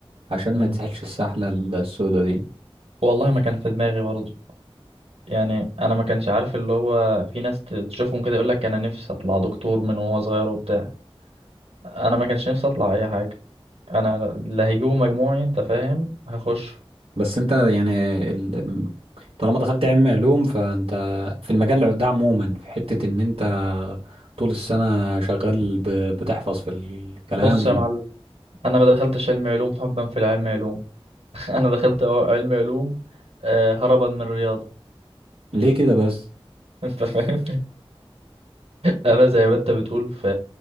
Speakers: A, on the right (about 70°); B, on the right (about 80°).
A: عشان
B: مم.
A: ما يتسحلش السحله السوداء دي
B: والله ما كان في دماغي برضه يعني أنا ما كانش عارف اللي هو في ناس تشوفهم كده يقول لك أنا نفسي أطلع دكتور من وهو صغير وبتاع أنا ما كانش نفسي أطلع أي حاجة أنا اللي هيجيبه مجموعي أنت فاهم هخش
A: بس انت يعني ال... طالما دخلت علم علوم فانت في المجال ده عموما في حته ان انت طول السنه شغال ب... بتحفظ في الكلام
B: بص يا معلم أنا ما دخلتش علم علوم حبا في العلم علوم <laughs> أنا دخلت علم علوم آه، هربا من الرياضة
A: ليه كده بس
B: <laughs> أنت فاهم؟ انا زي ما انت بتقول في